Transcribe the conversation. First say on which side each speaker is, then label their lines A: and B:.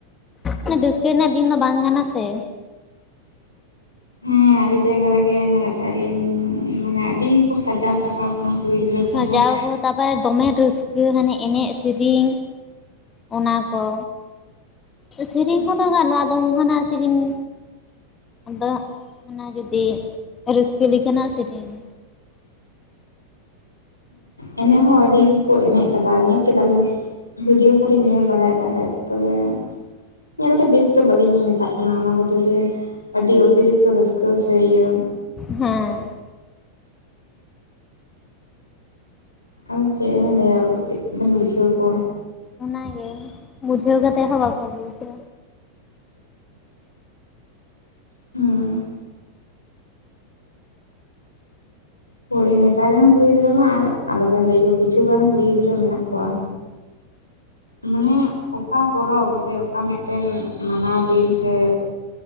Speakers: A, on the left; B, on the left.
A: ᱫᱚ ᱨᱟᱹᱥᱠᱟᱹ ᱨᱮᱱᱟᱜ ᱫᱤᱱ ᱫᱚ ᱵᱟᱝ ᱠᱟᱱᱟ ᱥᱮ,
B: ᱦᱮᱸ ᱟᱹᱰᱤ ᱡᱟᱭᱜᱟ ᱨᱮᱜᱮ ᱧᱮᱞᱮᱫ ᱛᱟᱦᱮᱸᱫ ᱟᱞᱤᱧ ᱢᱟᱱᱮ ᱟᱹᱰᱤ ᱠᱚ ᱥᱟᱡᱟᱣ ᱪᱟᱞᱟᱣ ᱠᱟᱱᱟ ᱠᱩᱲᱤ ᱜᱤᱫᱽᱨᱟᱹ
A: ᱥᱟᱡᱟᱣ
B: ᱠᱚᱦᱚᱸ
A: ᱠᱚ ᱛᱟᱨᱯᱚᱨ ᱫᱚᱢᱮ ᱨᱟᱹᱥᱠᱟᱹ ᱦᱟᱱᱮ ᱮᱱᱮᱡ ᱥᱮᱨᱮᱧ, ᱚᱱᱟ ᱠᱚ ᱥᱮᱨᱮᱧ ᱠᱚᱫᱚ ᱜᱟᱱᱚᱜ ᱟ ᱟᱫᱚ ᱚᱱᱠᱟᱱᱟ ᱥᱮᱨᱮᱧ, ᱟᱫᱚ ᱚᱱᱟ ᱡᱩᱫᱤ ᱨᱟᱹᱥᱠᱟᱹ ᱞᱮᱠᱟᱱᱟᱜ ᱥᱮᱨᱮᱧ
B: ᱮᱱᱮᱡ ᱦᱚᱸ ᱟᱹᱰᱤ ᱜᱮᱠᱚ ᱮᱱᱮᱡ ᱟᱠᱟᱫᱟ ᱧᱮᱞ ᱠᱮᱫᱟᱞᱤᱧ ᱵᱷᱤᱰᱤᱭᱳ ᱠᱚᱨᱮᱧ ᱧᱮᱞ ᱵᱟᱲᱟᱭᱮᱫ ᱛᱟᱦᱮᱸᱫ ᱛᱚᱵᱮ ᱧᱮᱞᱛᱮ ᱵᱮᱥ ᱫᱚ ᱵᱟᱹᱞᱤᱧ ᱢᱮᱛᱟᱜ ᱠᱟᱱᱟ ᱚᱱᱟ ᱠᱚᱫᱚ ᱡᱮ ᱟᱹᱰᱤ ᱚᱛᱤᱨᱤᱠᱛᱚ ᱨᱟᱹᱥᱠᱟᱹ ᱥᱮ ᱤᱭᱟᱹ
A: ᱦᱮᱸ
B: ᱟᱨ ᱪᱮᱫ ᱵᱚᱱ ᱞᱟᱹᱭᱟ ᱪᱮᱫ ᱵᱚᱱ ᱵᱩᱡᱷᱟᱹᱣ ᱠᱚᱣᱟ᱾
A: ᱚᱱᱟ ᱜᱮ ᱵᱩᱡᱷᱟᱹᱣ ᱠᱟᱛᱮ ᱦᱚᱸ ᱵᱟᱠᱚ ᱵᱩᱡᱟ᱾
B: ᱦᱩᱸᱻ ᱾ ᱠᱩᱲᱤ ᱱᱮᱛᱟᱨ ᱨᱮᱱ, ᱠᱩᱲᱤ ᱜᱤᱫᱽᱨᱟᱹ ᱢᱟ ᱾ ᱟᱨ ᱟᱞᱚ ᱵᱮᱱ ᱞᱟᱹᱭ ᱟᱠᱚᱣᱟ ᱾ ᱠᱤᱪᱷᱩ ᱜᱟᱱ, ᱠᱩᱲᱤ ᱜᱤᱫᱽᱨᱟᱹ ᱢᱮᱱᱟᱜ ᱠᱚᱣᱟ ᱾ ᱢᱟᱱᱮ, ᱚᱠᱟ ᱯᱚᱨᱚᱵᱽ, ᱥᱮ ᱚᱠᱟ, ᱢᱤᱫᱴᱮᱱ ᱢᱟᱱᱟᱣ ᱫᱤᱱ, ᱥᱮ?